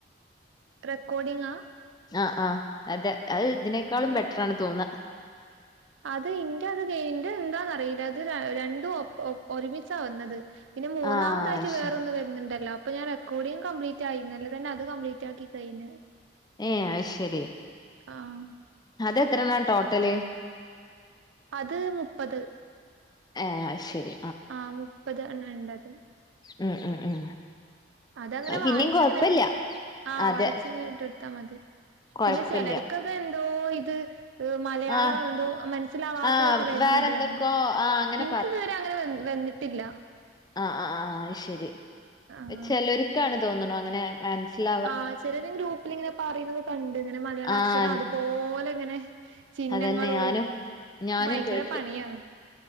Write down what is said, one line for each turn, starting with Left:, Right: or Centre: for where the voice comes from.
Right: റെക്കോഡിങ്ങാ
Left: ആഹ് ആഹ് അതെ അത് ഇതിനേക്കാളും
Right: ഏ
Left: ബെറ്ററാണ് തോന്ന
Right: അത് ഇന്റെ അത് കൈ ഇന്റെ ന്താന്നറീല അത് ര രണ്ടും ഒപ് ഒപ് ഒരുമിച്ചാ വന്നത് പിന്നെ മൂന്നാമതായിറ്റ്
Left: ആഹ് അത്
Right: വേറൊന്നും
Left: ശരി
Right: വര്ന്ന്ണ്ടല്ലോ അപ്പൊ ഞാൻ റ ക്കോഡിയം കപ്ലീറ്റായി നല്ലതന്നെ അത് കപ്ലീറ്റാക്കി കയ്നു
Left: ഏഹ് അത് ശരി
Right: ആഹ്
Left: അതെത്രണ്ണാ ടോട്ടല്
Right: അത് മുപ്പത്
Left: ഏഹ് അയ് ശരി
Right: ആഹ് മുപ്പത് എണ്ണണ്ടത്
Left: ഉം ഉം ഉം
Right: അതങ്ങനെ
Left: അത്
Right: വായിച്
Left: പിന്നേം കൊഴപ്പില്ല
Right: ഇങ്ങനെ വി ആ
Left: അതെ
Right: വായിച്ചിങ്ങനെ വിട്ടോട്ത്താ മതി
Left: കൊഴപ്പില്ല
Right: പിന്നെ ചെലര്ക്ക്ങ്ങനെ എന്തോ ഇത് മലയാളം
Left: ആഹ്
Right: എന്തോ മൻസ്സിലാവാത്തതൊക്ക
Left: ആഹ്
Right: വര്ന്ണ്ട്
Left: വേറെന്തൊക്കോ
Right: പർഞ്
Left: ആഹ് അങ്ങനെ
Right: ഇൻക്ക് ഇതുവരെ അങ്ങനെ വ വന്ന്ട്ടില്ല
Left: ആ ആ ആ അയ് ശെരി
Right: ആഹ്
Left: ചെലൊര്ക്കാണ് തോന്ന്ണ് അങ്ങനെ മൻസ്സില
Right: ആ ചെലര് ഗ്രൂപ്പ്ലിങ്ങനെ പറയുന്നത് കണ്ട് ഇങ്ങനെ മലയാള
Left: ആഹ്
Right: അക്ഷരം അതുപോല ഇങ്ങനെ ചിഹ്നങ്ങളൂ
Left: അതന്നെ ഞാനും ഞാനും
Right: ഭയങ്കര
Left: കേട്ടു
Right: പണിയാണ്